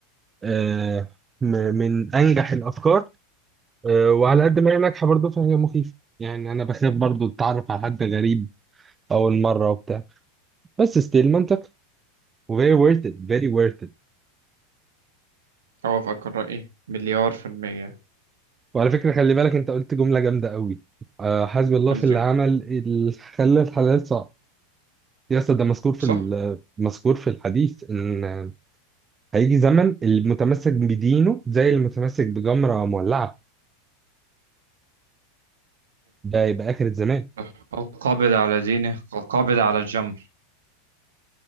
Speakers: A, on the right; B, on the right.
A: آه، م- من أنجح الأفكار آه، وعلى قد ما هي ناجحة برضه فهي مخيفة يعني أنا بخاف برضه أتعرف على حد غريب أول مرة وبتاع بس ستيل منطقي وفيري worth it very worth it
B: اوافقك الراي مليار في الميه
A: وعلى فكرة خلي بالك أنت قلت جملة جامدة قوي آه، حسبي الله
B: قلت
A: في اللي
B: إيه؟
A: عمل اللي خلى الحلال صعب يا أسطى ده مذكور في
B: صح
A: ال- مذكور في الحديث إن هيجي زمن المتمسك بدينه زي المتمسك بجمرة مولعة ده يبقى آخر الزمان
B: صح القابض على دينه كالقابض على الجمر